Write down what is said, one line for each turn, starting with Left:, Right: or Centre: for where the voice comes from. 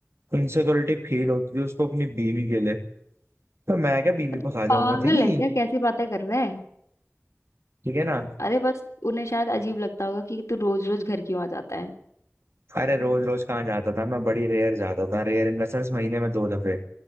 Right: इनसिक्योरिटी फील होती थी उसको अपनी बीवी के लिए तो मैं क्या बीवी
Left: तो
Right: भगा जाऊंगा
Left: पागल
Right: तेरी
Left: है क्या कैसी बातें कर रहे हैं
Right: ठीक है ना
Left: अरे बस उन्हें शायद अजीब लगता होगा कि तू रोज रोज घर क्यों आ जाता है
Right: अरे रोज रोज कहाँ जाता था मैं बड़ी रेयर जाता था रेयर इन द सेंस महीने में दो दफे